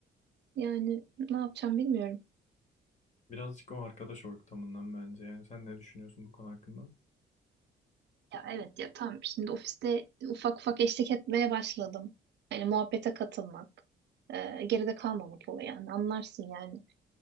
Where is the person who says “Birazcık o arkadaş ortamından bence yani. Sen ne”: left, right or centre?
Left